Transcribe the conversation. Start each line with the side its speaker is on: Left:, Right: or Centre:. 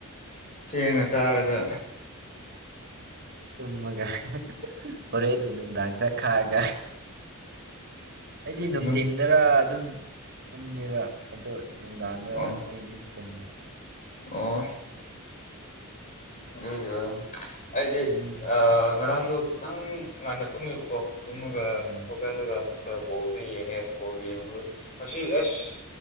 Left: ꯊꯦꯡꯅ ꯆꯔꯦꯒ
Right: ꯇꯨꯝꯃꯒ ꯍꯣꯔꯦꯟꯒꯤ ꯅꯨꯡꯗꯥꯡ ꯈꯔ ꯈꯥꯛꯑꯒ ꯑꯩꯗꯤ ꯅꯨꯡꯊꯤꯟ꯫
Left: ꯑꯗꯨꯝ
Right: ꯗꯔꯥ ꯑꯗꯨꯝ ꯇꯨꯝꯃꯦꯕ ꯑꯗꯨꯗ ꯅꯨꯡꯗꯥꯡꯗ
Left: ꯑꯣ
Right: ꯊꯦꯡ ꯊꯦꯡ ꯇꯨꯝꯃꯦ꯫
Left: ꯑꯣ ꯑꯗꯨ ꯑꯩꯗꯤ
Right: ꯎꯝ
Left: ꯑ ꯉꯔꯥꯡꯗꯣ ꯈꯤꯇꯪ ꯉꯟꯅ ꯇꯨꯝꯃꯤꯕꯀꯣ꯫ ꯇꯨꯝꯃꯒ
Right: ꯑꯣ
Left: ꯍꯧꯒꯜꯂꯒ ꯑꯃꯨꯛꯀ ꯕꯣꯜꯗ ꯌꯦꯡꯉꯦ ꯕꯣꯜ ꯌꯦꯡꯉꯨ ꯃꯁꯤ ꯑꯁ